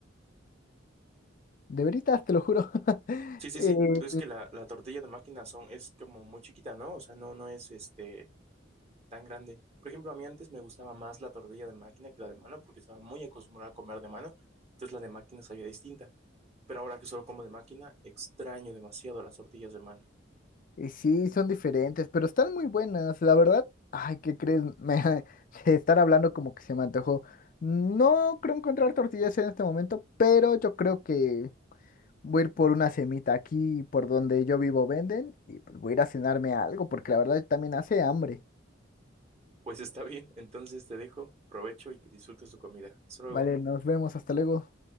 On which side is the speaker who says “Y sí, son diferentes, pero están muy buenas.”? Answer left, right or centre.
Left